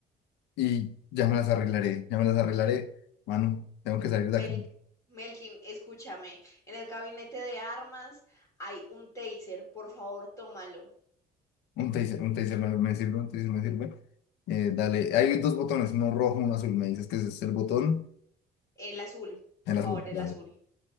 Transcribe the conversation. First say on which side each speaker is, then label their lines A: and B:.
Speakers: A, on the left; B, on the left.
A: y ya me las arreglaré, ya me las arreglaré. Mano, tengo que salir
B: Mel-
A: de acá.
B: Melkin, escúchame. En el gabinete de armas hay un taser. Por favor, tómalo.
A: Un taser, un taser me, me sirve, un taser me sirve. Eh, dale, hay dos botones, uno rojo, uno azul. Me dices que ese es el botón,
B: El azul, por
A: el
B: favor,
A: azul.
B: el
A: Dale.
B: azul.